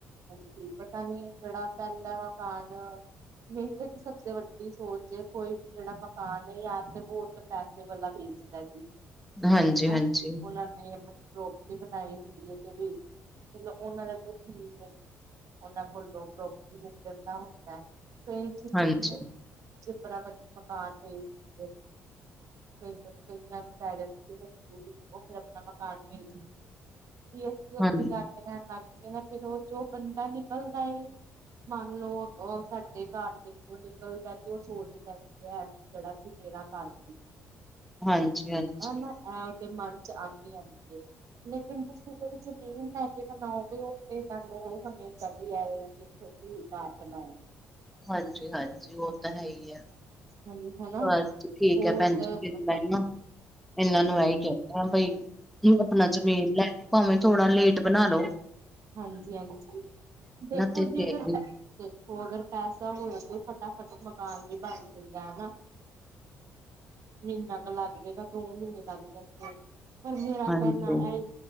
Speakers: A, on the right; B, in the centre.
A: ਹਾਂਜੀ, ਪਤਾ ਨੀ ਕੇੜਾ ਪੈਲਾ ਵਕਾਲ ਮੇਹਨਤ ਸਬਸੇ ਵੱਡੀ ਸੋਚ ਏ, ਕੋਈ ਵੀ ਜੇੜਾ ਮਕਾਨ ਏ, ਯਾ ਤੇ ਬੋਤ ਪੈਸੇ ਵਾਲਾ ਵੇਚਦਾ ਜੀ,
B: ਹਾਂਜੀ
A: ਹੈਨਾ
B: ਹਾਂਜੀ
A: ਓਨਾਂ ਨੇ <unintelligible> ਬਨਾਈ ਹੁੰਦੀ ਏ ਤੇ ਬਈ, ਚਲੋ ਓਨਾਂ ਦਾ ਤੇ ਠੀਕ ਓਨਾਂ ਕੋਲੋਂ ਪ੍ਰੋਪਟੀ ਵੇਚਨ ਦਾ ਹੁੰਦਾ, ਕਈ ਚੀਜ
B: ਹਾਂਜੀ
A: ਕਿਸੇ ਨੂੰ ਚਿਪੜਾ ਵੇਚ ਮਕਾਨ ਵੇਚ ਸਕਦੇ ਨੇ ਕਈ, ਕਈਆਂ ਨੂੰ ਪੈ ਜਾਂਦੀ ਏ ਮਜ਼ਬੂਰੀ ਓ ਫੇਰ ਆਪਨਾ ਮਕਾਨ ਵੇਚ ਦੇ, ਤੇ ਅਸੀ ਉੱਥੇ
B: ਹਾਂ
A: ਜਾ ਕੇ ਰੈਨ ਲੱਗ ਜਈਯੇ ਫੇਰ ਓ ਜੋ ਬੰਦਾ ਨਿਕਲਦਾ ਈ ਮਾੰਨਲੋ ਓ ਸਾਡੇ ਘਾੱਰ ਦੇ ਅਗੋਂ ਨਿਕਲਦਾ ਤੇ ਓ ਸੋਚਦਾ <unintelligible> ਜੇੜਾ ਸੀ ਮੇਰਾ ਘਾੱਰ ਸੀ,
B: ਹਾਂਜੀ ਹਾਂਜੀ
A: ਏਨਾ ਐ ਤੇ ਮਨ ਚ ਆਂਦੀ, ਆਂਦੀ ਏ, ਲੇਕਿਨ ਤੁਸੀ ਜੇੜੀ ਜ਼ਮੀਨ ਲੈਕੇ ਬਨਾਓਗੇ ਓ ਤੇ ਸਾਨੂੰ ਓ ਹਮੇਸ਼ਾ ਤੇ ਆਏਗਾ, ਕਿ ਖੋਦੀ ਹੋਈ ਘਾੱਰ ਬਨਾਯਾ
B: ਹਾਂਜੀ, ਹਾਂਜੀ, ਓ ਤਾ ਹੈਈ ਐ।
A: ਹਾਂਜੀ ਹਨਾ
B: ਬਾੱਸ ਠੀਕ
A: ਹੋਰ
B: ਐ ਪੈਂਜੀ ਫੇਰ
A: ਮਤਲਬ
B: ਮੈਨ ਨਾ, ਏਨਾਂ ਨੂੰ ਐਈ ਕੈ ਬਈ, ਆਪਨਾ ਜ਼ਮੀਨ ਲੈਕੇ ਭਾਂਵੇਂ ਥੋੜਾ ਲੇਟ ਬਨਾਲੋ
A: ਹਾਂਜੀ, ਹਾਂਜੀ, ਦੇਖੋ
B: ਤੇ ਫੇਰ
A: ਜੀ ਅਗਰ ਦੇਖੋ ਅਗਰ ਪੈਸਾ ਹੋਵੇ ਤੇ ਫਟਾਫਟ ਮਕਾਨ ਵੀ ਬਨ ਜਾਂਦਾ ਹਨਾ। ਮੀਨਾ ਕੁ ਲਾੱਗ ਜੇਗਾ, ਦੋ ਮੀਨੇ ਲਾੱਗ ਜਨਗੇ ਪਰ ਮੇਰਾ
B: ਹਾਂਜੀ,
A: ਕੈਨਾ ਐਈ